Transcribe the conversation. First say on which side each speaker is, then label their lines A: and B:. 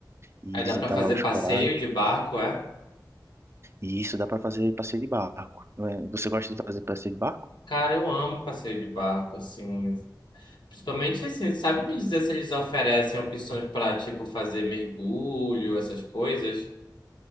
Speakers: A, on the right; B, on the left.
A: ir
B: Aí
A: visitar
B: dá pra fazer
A: lá os
B: passeio
A: corais.
B: de barco, é?
A: E isso dá para fazer passeio de barco. Não é? Você gosta de fazer passeio de barco?
B: Cara, eu amo passeio de barco, assim. Principalmente assim, sabe me dizer se eles oferecem opções para, tipo, fazer mergulho, essas coisas?